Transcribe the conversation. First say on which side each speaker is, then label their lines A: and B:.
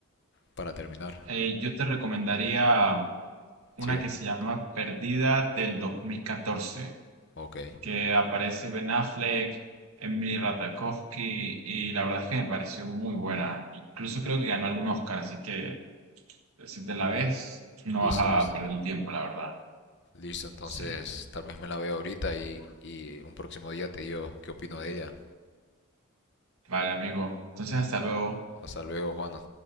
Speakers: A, on the left; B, on the right.
A: para terminar
B: eh, yo te recomendaría una
A: sí
B: que se llama Perdida del 2014,
A: ok
B: que aparece Ben Affleck, Emily Ratajkowski, y la verdad es que me pareció muy buena. Incluso creo que ganó algún Oscar, así que si te la ves, no
A: listo
B: vas
A: listo
B: a perder el tiempo, la verdad.
A: listo entonces
B: Sí,
A: tal vez me la veo ahorita y, y un próximo día te digo qué opino de ella
B: vale, amigo. Entonces, hasta luego.
A: Hasta luego, Juana.